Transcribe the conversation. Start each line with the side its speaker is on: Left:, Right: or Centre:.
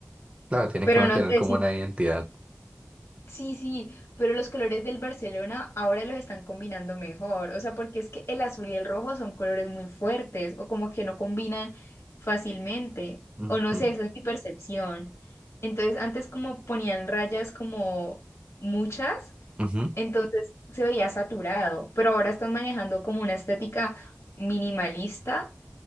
Right: claro, tienen
Left: pero
Right: que mantener
Left: no sé.
Right: como
Left: si-
Right: una identidad.
Left: Sí, sí, pero los colores del Barcelona ahora los están combinando mejor. O sea, porque es que el azul y el rojo son colores muy fuertes o como que no combinan fácilmente.
Right: Ujú,
Left: O no sé, esa es mi percepción. Entonces antes como ponían rayas como muchas.
Right: ujú.
Left: Entonces se veía saturado, pero ahora están manejando como una estética minimalista,